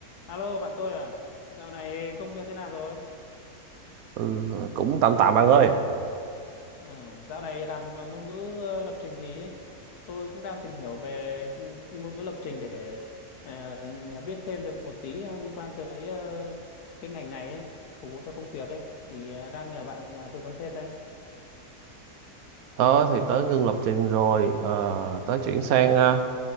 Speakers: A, on the left; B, on the right.
A: Alo bạn tôi à, dạo này công việc thế nào rồi?
B: Ừ, cũng tạm tạm bạn ơi.
A: Ừ, dạo này làm ờ, ngôn ngữ ờ, lập trình gì ấy? Tôi cũng đang tìm hiểu về ừ, ngôn ngữ lập trình để ờ, biết thêm được một tí ờ, liên quan tới ờ, cái ngành này ấy, phục vụ cho công việc ấy. Thì ờ, đang nhờ bạn ờ, tư vấn thêm đây.
B: Đó thì tới ngưng lập trình rồi, ờ, tới chuyển sang ờ,